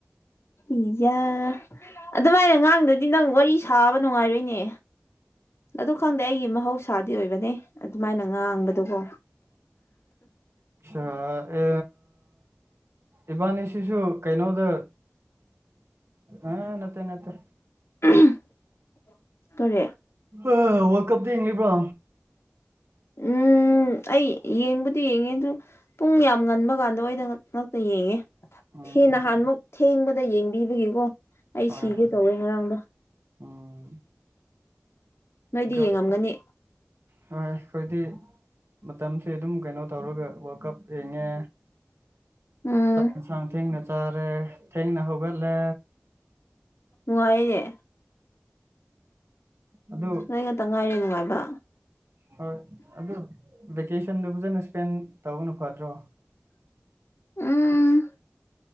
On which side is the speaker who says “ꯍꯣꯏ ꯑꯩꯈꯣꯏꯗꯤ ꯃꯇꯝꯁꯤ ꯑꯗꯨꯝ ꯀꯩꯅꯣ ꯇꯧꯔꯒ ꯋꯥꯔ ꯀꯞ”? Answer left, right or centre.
Right